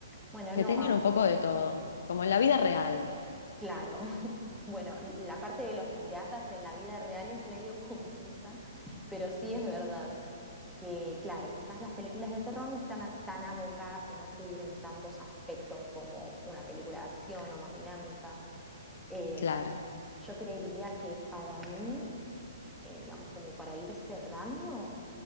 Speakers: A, in the centre; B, on the left.
A: Bueno,
B: que
A: no,
B: tengan
A: a
B: un poco de todo, como en la vida real,
A: claro. Bueno, la parte de los piratas en la vida real es medio <laughs> confusa, pero sí es verdad que, claro, quizás las películas de terror no están a- tan abocadas y no cubren tantos aspectos como una película de acción o más dinámica. Eh,
B: claro,
A: yo creería que para mí, eh, digamos, como para ir cerrando,